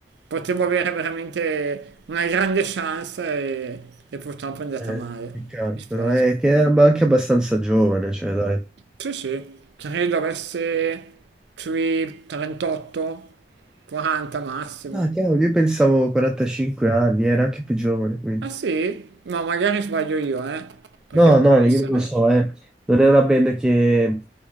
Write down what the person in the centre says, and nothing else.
eh,
peccato,
però è che era ma anche abbastanza giovane, cioè, dai.
Ah, cavolo, io pensavo 45 anni, era anche più giovane, quindi.
No,
no,
no, io non lo so, eh. Non è una band che,